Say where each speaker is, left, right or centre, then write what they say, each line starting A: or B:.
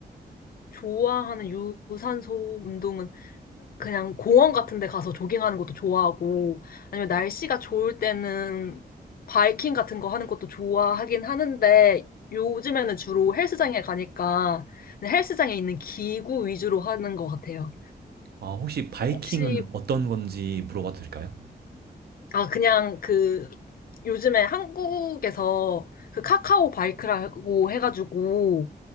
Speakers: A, on the left; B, on the right.
A: 좋아하는 유산소 운동은 그냥 공원 같은 데 가서 조깅하는 것도 좋아하고, 아니면 날씨가 좋을 때는 바이킹 같은 거 하는 것도 좋아하긴 하는데, 요즘에는 주로 헬스장에 가니까 그냥 헬스장에 있는 기구 위주로 하는 것 같아요.
B: 아, 혹시 바이킹은
A: 혹시,
B: 어떤 건지 물어봐도 될까요?
A: 아, 그냥 그, 요즘에 한국에서 그 카카오 바이크라고 해가지고,